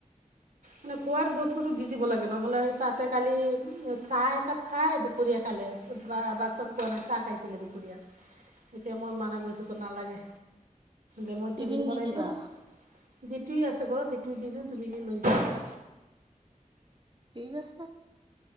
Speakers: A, on the right; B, on the right.
A: মানে খোৱাৰ বস্তুটো দি দিব লাগে নহ'লে তাতে কালি চাহ একাপ খাই দুপৰীয়া খালে। বা ভাত চাত খোৱা নাই চাহ খাইছিলে দুপৰীয়া এতিয়া মই মানা কৰিছোঁ একো নালাগে যে মই
B: টিফিন
A: টিভিন
B: দি
A: বনাই
B: দিবা
A: দিওঁ যিটোৱে আছে ঘৰত সেইটোৱে দি দিওঁ তুমি <unintelligible> লৈ যাবা।
B: ঠিক আছে।